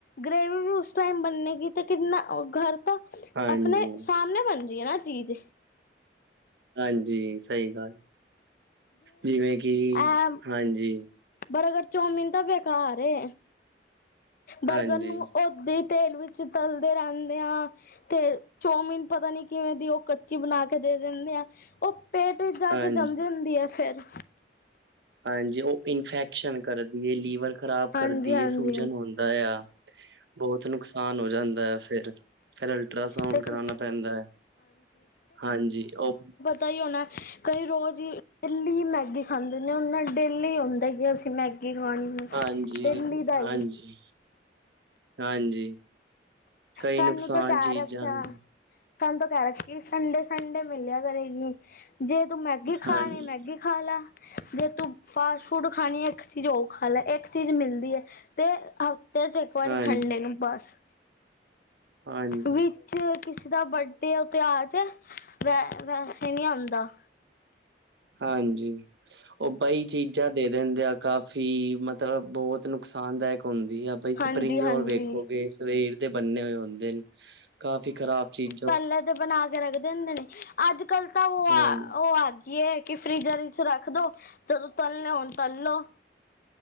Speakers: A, on the left; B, on the right.
A: ਗ੍ਰੇਵੀ ਵੀ ਉਸ ਟਾਈਮ ਬਣੇਗੀ ਤੇ ਕਿੰਨਾ ਓ ਘਰ ਤ
B: ਹਾਂਜੀ,
A: ਆਪਣੇ ਸਾਮਣੇ ਬਣ ਰੀ ਐ ਨਾ ਚੀਜ।
B: ਹਾਂਜੀ ਸਈ ਗੱਲ, ਜਿਵੇਂ ਕਿ
A: ਐ
B: ਹਾਂਜੀ
A: ਬਰਗਰ, ਚਾਓਮੀਨ ਤਾਂ ਬੇਕਾਰ ਏ।
B: ਹਾਂਜੀ,
A: ਬਰਗਰ ਨੂੰ ਉਦਾ ਈ ਤੇਲ ਵਿੱਚ ਤਲਦੇ ਰੈਦੇ ਹਾ। ਤੇ ਚੌਮੀਨ ਪਤਾ ਨੀ ਕਿਵੇਂ ਦੀ ੳ ਕੱਚੀ ਬਣਾ ਕੇ ਦੇ ਦਿੰਦੇ ਆ, ਓ ਪੇ ਤੇ ਜਾ
B: ਹਾਂਜੀ,
A: ਕੇ ਜਾਮ ਜਾਦੀ ੲੈ ਫੇਰ।
B: ਹਾਂਜੀ ਓ ਇਨਫੈਕਸ਼ਨ ਕਰਦੀ ਏ, ਲੀਵਰ ਖ਼ਰਾਬ
A: ਹਾਂਜੀ
B: ਕਰਦੀ
A: ਹਾਂਜੀ
B: ਹਏ, ਸੂਜਨ ਹੋ ਹੁੰਦਾ ਆ, ਬੋਤ ਨੁਕਸਾਨ ਹੋ ਜਾਂਦਾ ਫੇਰ। ਫੇਰ ਅਲਟਰਾਸਾਊਂਡ
A: ਤੇ
B: ਕਰਾਣਾ ਪੈਂਦਾ, ਹਾਂਜੀ ਓ
A: ਤਾਈ ਓਨਾ ਕਈ ਰੋਜਈ ਡੇਲੀ, ਮੈਗੀ ਖਾਂਦੇ ਓਣਾ ਡੇਲੀ ਹੁੰਦਾ ਈ। ਅਸੀ ਮੈਗੀ ਖਾਣੀ ਏ,
B: ਹਾਂਜੀ,
A: ਡੇਲੀ ਦਾ
B: ਹਾਂਜੀ,
A: ਈ।
B: ਹਾਂਜੀ ਕਈ
A: ਸਾਨੂੰ
B: ਨੁਕਸਾਨ
A: ਤਾਂ ਕਾਰ
B: ਚੀਜ਼ਾਂ
A: ਅੱਛਾ।
B: ਨੇ।
A: ਸਾਨੂੰ ਤਾ ਕੈ ਰੱਖੀ ਸੰਡੇ-ਸੰਡੇ ਮਿਲੇਆ ਕਰੇਗੀ, ਜੇ ਤੂ ਮੈਗੀ ਖਾਣੀ
B: ਹਾਂਜੀ,
A: ਮੈਗੀ ਖਾ ਲਾ, ਜੇ ਤੂੰ ਫਾਸਟ ਫੂਡ ਖਾਣੀ, ਏਕ ਚੀਜ ਓ ਖਾ ਲੈ, ਏਕ ਚੀਜ ਮਿਲਦੀ ਏ। ਤੇ ਹਫਤੇ ਚ ਏਕ ਵਾਰੀ
B: ਹਾਂਜੀ,
A: ਸੰਡੇ ਨੂੰ ਬੱਸ।
B: ਹਾਂਜੀ,
A: ਵਿੱਚ ਕਿਸੇ ਦਾ ਬੱਡੇ ਓਤੇ ਆਜੇ, ਵੈ ਵੈਸੇ ਨੀ ਆਦਾ।
B: ਹਾਂਜੀ, ਓ ਬਾਈ। ਚੀਜਾ ਦੇ ਦਿੰਦੇ ਆ ਕਾਫੀ, ਮਤਲਬ ਬੋਤ ਨੁਕਸਾਨਦਾਅਕ ਹੁੰਦੀ ਆ। ਬਾਈ
A: ਹਾਂਜੀ
B: ਸਪਰਿੰਗ
A: ਹਾਂਜੀ
B: ਰੋਲ ਵੇਖੋਗੇ ਸਵੇਰ ਦੇ ਬੰਨੇ ਹੋਏ ਹੁੰਦੇ ਨੇ ਕਾਫੀ ਖਰਾਬ ਚੀ-
A: ਪੈਲੇ ਦੇ ਬਣਾ ਕੇ ਰੱਖਦੇ ਦੇ ਨੇ, ਅੱਜ-ਕੱਲ ਤਾਂ ਓ
B: ਹਾਂਜੀ,
A: ਆ ਓ ਆ। ਕੀ ਏ ਕੀ ਫਰੀਜਰ ਚ ਰੱਖ ਦੋ। ਜਦੋਂ ਤਲਨੇ ਹੋਣ ਤਲ ਲੋ।